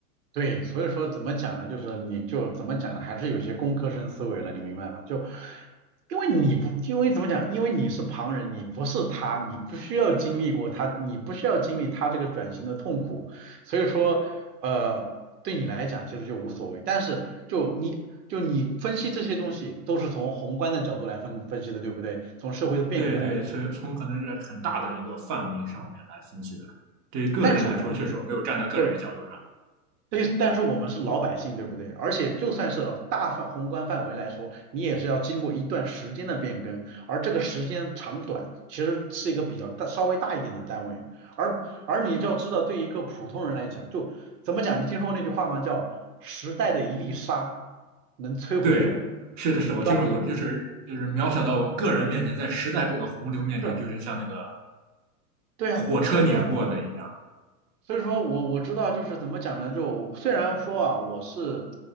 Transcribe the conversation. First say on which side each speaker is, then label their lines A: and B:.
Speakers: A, on the right; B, on the right.
A: 对，所以说怎么讲呢？就是你就怎么讲呢？还是有些工科生思维了，你明白吗？就因为你不，因为怎么讲？因为你是旁人，你不是他，你不需要经历过他，你不需要经历他这个转型的痛苦，所以说，呃，对你来讲其实就无所谓。但是就你就你分析这些东西都是从宏观的角度来分分析的，对不对？从社会的变革来分析。
B: 对对，从从可能是很大的一个范围上面来分析的。对于个人来说，
A: 但是我们
B: 确实我没有站在个人的角度上。
A: 对。对，但是我们是老百姓，对不对？而且就算是大范宏观范围来说，你也是要经过一段时间的变更，而这个时间长短其实是一个比较大、稍微大一点的单位。而而你要知道，对一个普通人来讲，就怎么讲？你听说过那句话吗？叫“时代的一粒沙能摧毁”，
B: 对，是的，是的我听说过，
A: 对吧？
B: 就是就是渺小到我个人面前，在时代这个洪流面前，
A: 是，
B: 就是像那个
A: 对啊。
B: 火车碾过的一样。
A: 所以说。所以说我我知道就是怎么讲呢，就虽然说啊，我是